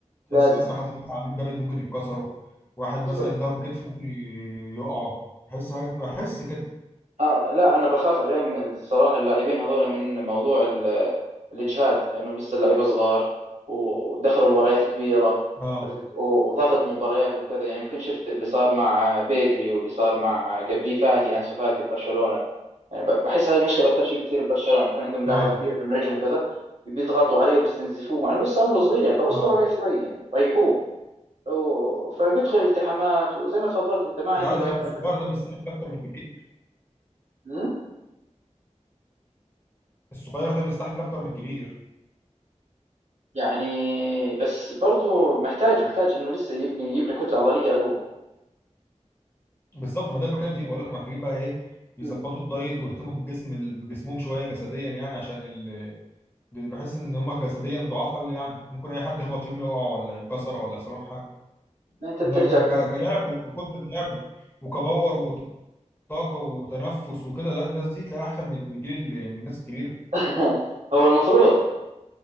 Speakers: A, on the left; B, on the right.
A: تحس
B: لازم
A: مثلا حد دفع عليهم جامد ممكن يتكسروا واحد
B: بالضبط
A: مثلا اداهم كتف ممكن ي- يقعوا بحس حاجة- بحس كده
B: آه لا انا بخاف عليهم الصراحه اللاعبين هذول من موضوع ال- الاجهاد لانهم لسه اللعيبه صغار ودخلوا مباريات كبيره
A: اه
B: عرفت و- وضغط مباريات وكذا يعني يمكن شفت اللي صار مع بيدري واللي صار مع قبليه فاتي انسو فاتي ببرشلونه يعني ب- بحس هذه المشكله اكثر شيء بتصير ببرشلونه بيكون عندهم لاعب
A: اه
B: كبير نجم وكذا بيضغطوا عليه وبيستنزفوه مع انه لسه عمره صغير يعني طب اصبروا
A: اه
B: عليه شوي يعني ريحوه و- فبيدخل التحامات وزي ما تفضلت انت ما عنده
A: بس عايز
B: لياقه
A: أقول لك الصغير ده بيستحمل اكتر من الكبير
B: بدنيه
A: الصغير ده بيستحمل اكتر من الكبير
B: يعني بس برضو محتاج محتاج انه لسه يبني يبني كتله عضليه اقوى
A: بالظبط ما ده اللي بتكلم فيه بقول لكم محتاجين بقى ايه يظبطوا
B: مم.
A: الدايت ويهتموا بالجسم ال- بجسمهم شويه جسديا يعني عشان ال... بحس ان هم جسديا ضعاف قوي يعني ممكن اي حد يخبط فيهم يقع ولا يتكسر ولا يحصل لهم حاجه
B: انت بترجع
A: انما ك...
B: كم
A: ك... كلعب وكقدره لعب وكباور وطاقه وتنفس وكده لا الناس دي تلاقي احسن من من الجيل ال- من الناس الكبيره
B: <laughs> هو المفروض